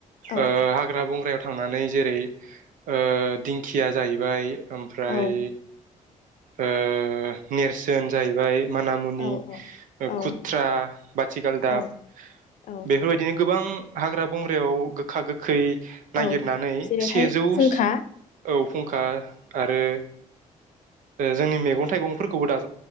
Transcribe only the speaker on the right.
ओ हाग्रा-बंग्रायाव थांनानै जेरै ओ दिंखिया जाहैबाय ओमफ्राय
ओ नेरसोन जाहैबाय माना-मुनि,
खुथ्रा, माथिगालदाब
बेफोरबायदिनो गोबां हाग्रा-बंग्रायाव गोखा-गोखै नागिरनानै
सेजौ
औ फुंखा आरो जोंनि मैगं-थाइगंफोरखौबो दा